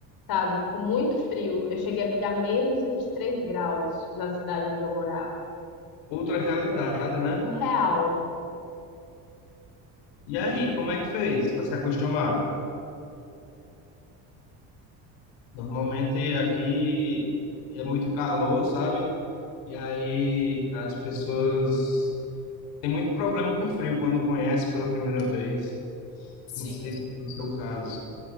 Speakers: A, on the left; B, on the left.
A: sabe? Com muito frio. Eu cheguei a pegar menos 23 graus na cidade onde eu morava.
B: outra realidade,
A: Coisa assim,
B: né?
A: surreal.
B: E aí, como é que fez para se acostumar? Normalmente aqui é muito calor, sabe? E aí as pessoas têm muito problema com frio quando conhece pela primeira vez.
A: Sim.
B: Não sei se é o seu caso.